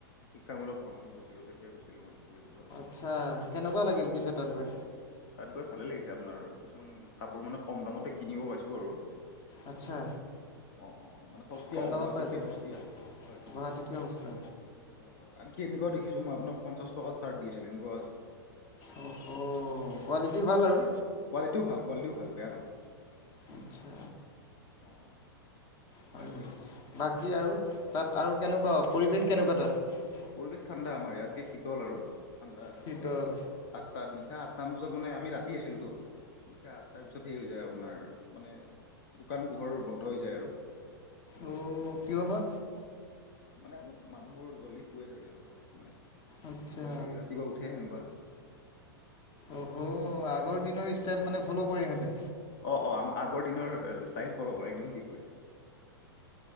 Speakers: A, on the left (about 55°); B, on the left (about 35°).
A: শিক্ষামূলক ভ্ৰমণত গৈছিলো তেতিয়া গৈছিলো মানে পুলিচ বজাৰ।
B: আচ্ছা, কেনেকোৱা লাগিল পিছে তাত গৈ।
A: তাত গৈ ভালে লাগিছে আপোনাৰ কিছুমান কাপোৰ মানে কম দামতে কিনিব পাইছো আৰু।
B: আচ্ছা।
A: অ অ মানে সস্তীয়া
B: কম
A: আৰু
B: দামত
A: গুৱাহাটীতকে
B: পাইছে?
A: সস্তীয়া হয়।
B: গুৱাহাটীতকৈ সস্তা
A: হয় হয় আনকি এনেকোৱাও দেখিছো মই আপোনাক পঞ্চাশ টকাত চাৰ্ট দি আছিলে এনেকোৱাও আছে
B: অ হ কোৱালিটি ভাল আৰু।
A: কোৱালিটিও ভাল কোৱালিটিও ভাল বেয়া নহয়।
B: আচ্ছা
A: অ অ
B: হয়
A: বাৰু
B: নি
A: যি নহওক
B: বাকী আৰু তাত আৰু কেনেকোৱা পৰিৱেশ কেনেকোৱা তাত।
A: পৰিৱেশ ঠাণ্ডা আমাৰ ইয়াতকে শীতল আৰু ঠাণ্ডা
B: শীতল
A: আৰু তাত নিশা আঠটামান বজাত মানে আমি ৰাতি আছিলোতো নিশা আঠটাৰ পিছত সেই হৈ যায় আপোনাৰ মানে দোকান পোহৰ বন্ধ হৈ যায় আৰু।
B: অ কিয় বা?
A: মানে অলপ মানুহবোৰ জল্দি শুৱে চাগে আও মানে
B: আচ্ছা
A: জল্দি ৰাতিপুৱা উঠে সেনেকোৱা।
B: অহ আগৰ দিনৰ ষ্টাইল মানে ফ'ল' কৰে ইহঁতে।
A: অ অ আ আগৰ দিনৰ ষ্টাইল ফ'ল' কৰে একদম ঠিক কৈছা।